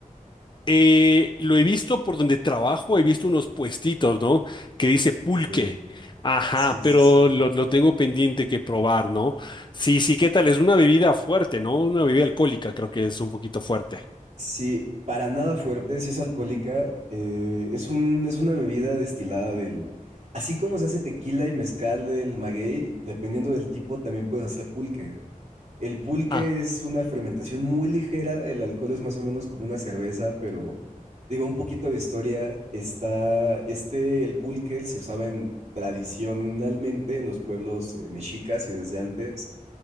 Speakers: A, on the left; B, on the right.
A: Eh, lo he visto por donde trabajo, he visto unos puestitos, ¿no? Que dice pulque.
B: Sí,
A: Ajá,
B: sí, sí,
A: pero
B: sí.
A: lo, lo tengo pendiente que probar, ¿no? Sí, sí, ¿qué tal? Es una bebida fuerte, ¿no? Una bebida alcohólica, creo que es un poquito fuerte.
B: Sí, para nada fuerte, si es alcohólica, eh, es un, es una bebida destilada del... Así como se hace tequila y mezcal del maguey, dependiendo del tipo, también puedes hacer pulque. El pulque
A: Ah,
B: es una fermentación muy ligera, el alcohol es más o menos como una cerveza, pero digo, un poquito de historia, está, este, el pulque se usaba en, tradicionalmente en los pueblos eh, mexicas y desde antes,